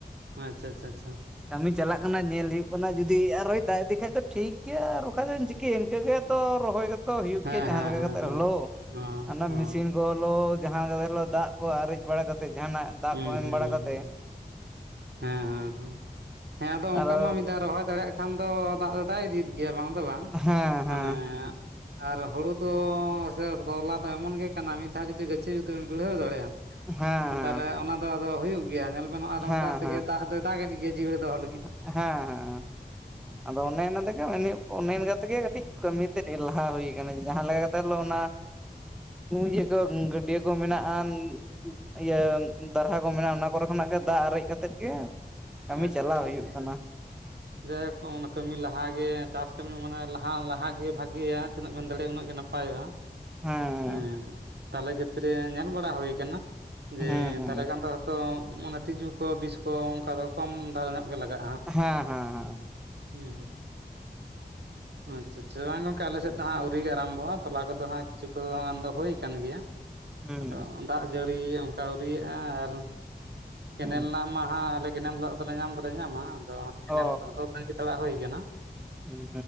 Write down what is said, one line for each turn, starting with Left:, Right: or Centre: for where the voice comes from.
Right: ᱟᱪᱪᱷᱟ ᱟᱪᱪᱷᱟ ᱟᱪᱪᱷᱟ
Centre: ᱠᱟᱹᱢᱤ ᱪᱟᱞᱟᱜ ᱠᱟᱱᱟ ᱧᱮᱞ ᱦᱩᱭᱩᱜ ᱠᱟᱱᱟ ᱡᱩᱫᱤ ᱟᱨᱚᱭ ᱫᱟᱜ ᱤᱫᱤ ᱠᱷᱟᱡ ᱫᱚ ᱴᱷᱤᱠ ᱜᱮᱭᱟ ᱟᱨ ᱵᱟᱠᱷᱟᱡ ᱫᱚᱢ ᱪᱤᱠᱟᱹᱭᱟ ᱤᱱᱠᱟᱹᱜᱮ ᱛᱚ ᱨᱚᱦᱚᱭ ᱜᱮᱛ ᱛᱚ ᱦᱩᱭᱩᱜ
Right: ᱦᱮᱸ
Centre: ᱜᱮᱭᱟ ᱡᱟᱦᱟᱸ
Right: ᱦᱮᱸ
Centre: ᱞᱮᱠᱟ
Right: ᱦᱮᱸ
Centre: ᱠᱟᱛᱮᱜ
Right: ᱦᱮᱸ
Centre: ᱦᱳᱞᱳ
Right: ᱦᱚᱸ
Centre: ᱚᱱᱟ
Right: ᱦᱚᱸ
Centre: ᱢᱮᱥᱤᱱ ᱠᱚ ᱦᱳᱞᱳ ᱡᱟᱦᱟᱸ ᱠᱟᱛᱮ ᱦᱳᱞᱳ ᱫᱟᱜ ᱠᱚ ᱟᱨᱮᱡ ᱵᱟᱲᱟ ᱠᱟᱛᱮ ᱡᱟᱦᱟᱱᱟᱜ ᱫᱟᱜ
Right: ᱦᱩᱸ
Centre: ᱠᱚ ᱮᱢ
Right: ᱦᱩᱸ
Centre: ᱵᱟᱲᱟ
Right: ᱦᱩᱸ
Centre: ᱠᱟᱛᱮᱫ
Right: ᱦᱮᱸ ᱦᱮᱸ ᱦᱮᱸ ᱟᱫᱚ ᱚᱱᱠᱟ
Centre: ᱟᱨᱚ
Right: ᱢᱟ ᱢᱤᱫ ᱫᱷᱟᱣ ᱨᱚᱦᱚᱭ ᱫᱟᱲᱮᱭᱟᱜ ᱠᱷᱟᱱ ᱫᱚ ᱫᱟᱜ ᱫᱚ ᱫᱟᱜ ᱤᱫᱤᱭᱮᱫ ᱜᱮᱭᱟ ᱵᱟᱝ ᱫᱚ ᱵᱟᱝ
Centre: ᱦᱮᱸ ᱦᱮᱸ
Right: ᱢᱟᱱᱮ ᱟᱨ ᱦᱳᱲᱳ ᱫᱚ ᱥᱮ ᱛᱚᱞᱟ ᱫᱚ ᱮᱢᱚᱱ ᱜᱮ ᱠᱟᱱᱟ ᱢᱤᱫ ᱫᱷᱟᱣ ᱡᱩᱫᱤ ᱜᱟᱹᱪᱷᱤ ᱡᱩᱫᱤᱢ ᱵᱤᱲᱦᱟᱹᱣ ᱫᱟᱲᱮᱜ ᱟᱢ
Centre: ᱦᱮᱸ
Right: ᱛᱟᱞᱮ ᱚᱱᱟ ᱫᱚ ᱟᱫᱚ ᱦᱩᱭᱩᱜ ᱜᱮᱭᱟ ᱧᱮᱞ ᱵᱮᱱ ᱟᱨ
Centre: ᱦᱮᱸ ᱦᱮᱸ
Right: ᱚᱱᱠᱟ ᱛᱮᱜᱮ ᱫᱟᱜ ᱫᱚᱭ ᱫᱟᱜ ᱮᱫ ᱜᱮᱭᱟ ᱡᱤᱭᱟᱹᱲ ᱫᱚᱦᱚ ᱞᱟᱹᱜᱤᱫ ᱫᱚ᱾
Centre: ᱦᱮᱸ ᱦᱮᱸ ᱟᱫᱚ ᱚᱱᱮ ᱚᱱᱟ ᱛᱮᱜᱮ ᱢᱮᱱ ᱦᱳᱭᱳᱜ ᱾ ᱚᱱᱮ ᱤᱱᱠᱟ ᱛᱮᱜᱮ ᱠᱟᱹᱴᱤᱡ ᱠᱟᱹᱢᱤ ᱛᱮᱫ ᱞᱟᱦᱟ ᱦᱩᱭ ᱠᱟᱱᱟ ᱡᱟᱦᱟᱸ ᱞᱮᱠᱟ ᱠᱟᱛᱮᱜ ᱦᱳᱞᱳ
Right: ᱦᱩᱸ
Centre: ᱚᱱᱟ ᱤᱭᱟᱹ ᱠᱚ ᱜᱟᱹᱰᱭᱟᱹ ᱠᱚ ᱢᱮᱱᱟᱜ ᱟᱱ ᱤᱭᱟᱹ ᱫᱟᱨᱦᱟ ᱠᱚ ᱢᱮᱱᱟᱜᱼᱟ ᱚᱱᱟ ᱠᱚᱨᱮ ᱠᱷᱚᱱᱟᱜ ᱜᱮ ᱫᱟᱜ ᱟᱨᱮᱡ ᱠᱟᱛᱮᱫ ᱜᱮ ᱠᱟᱹᱢᱤ
Right: ᱟᱪᱪᱷᱟ
Centre: ᱪᱟᱞᱟᱣ
Right: ᱪᱷᱟ
Centre: ᱦᱩᱭᱩᱜ
Right: ᱡᱟ ᱜᱮ
Centre: ᱠᱟᱱᱟ
Right: ᱡᱟᱭᱦᱳᱠ ᱠᱟᱹᱢᱤ ᱞᱟᱦᱟᱜᱮ ᱪᱟᱥ ᱠᱟᱹᱢᱤ ᱢᱟᱱᱮ ᱞᱟᱦᱟ ᱞᱟᱦᱟᱜᱮ ᱵᱷᱟᱜᱮᱭᱟ ᱛᱤᱱᱟᱹᱜ ᱵᱮᱱ ᱫᱟᱲᱮᱭᱟᱜᱼᱟ ᱩᱱᱟᱹᱜ ᱜᱮ ᱱᱟᱯᱟᱭᱚᱜᱼᱟ
Centre: ᱦᱮᱸ
Right: ᱦᱩᱸ ᱛᱟᱞᱮ ᱠᱷᱮᱛᱨᱮ ᱧᱮᱞ ᱵᱟᱲᱟ ᱦᱩᱭᱠᱟᱱᱟ ᱡᱮ
Centre: ᱦᱮᱸ ᱦᱮᱸ
Right: ᱛᱟᱦᱚᱞᱮ ᱠᱷᱟᱱ ᱫᱚ ᱠᱚ ᱢᱟᱱᱮ ᱛᱤᱡᱩ ᱠᱚ ᱵᱤᱥᱠᱚ ᱚᱱᱠᱟ ᱫᱚ ᱠᱚᱢ ᱫᱷᱟᱨᱟ ᱧᱚᱜ ᱜᱮ ᱞᱟᱜᱟᱜᱼᱟ
Centre: ᱦᱮᱸ ᱦᱮᱸ ᱦᱮᱸ
Right: ᱦᱩᱸ ᱟᱪᱪᱷᱟ ᱟᱪᱪᱷᱟ ᱵᱟᱝ ᱜᱚᱝᱠᱮ ᱟᱞᱮ ᱥᱮᱫ ᱫᱚ ᱦᱟᱸᱜ ᱟᱹᱣᱨᱤ ᱜᱮ ᱟᱨᱟᱢᱵᱷᱚᱜᱼᱟ ᱛᱚᱞᱟ ᱠᱚᱫᱚ ᱦᱟᱸᱜ ᱠᱤᱪᱷᱩ ᱜᱟᱱ ᱫᱚ ᱦᱳᱭ ᱠᱟᱱ ᱜᱮᱭᱟ
Centre: ᱦᱮᱸ ᱦᱮᱸ ᱦᱩᱸ
Right: ᱟᱫᱚ ᱫᱟᱜ ᱡᱟᱹᱲᱤ ᱚᱱᱠᱟ ᱟᱹᱣᱨᱤᱭᱟᱜᱼᱟ ᱟᱨ ᱠᱮᱱᱮᱞ
Centre: ᱦᱩᱸ
Right: ᱨᱮᱱᱟᱜ ᱢᱟ ᱦᱟᱸᱜ ᱟᱞᱮ ᱠᱮᱱᱮᱞ ᱫᱟᱜ ᱫᱚᱞᱮ ᱧᱟᱢ ᱫᱚᱞᱮ ᱧᱟᱢᱟ ᱟᱫᱚ ᱦᱟᱸᱜ ᱠᱮᱱᱮᱞ
Centre: ᱚ
Right: ᱫᱟᱜ ᱫᱚ ᱛᱟᱺᱜᱤ ᱛᱟᱲᱟᱜ ᱦᱳᱭ ᱠᱟᱱᱟ
Centre: ᱦᱩᱸ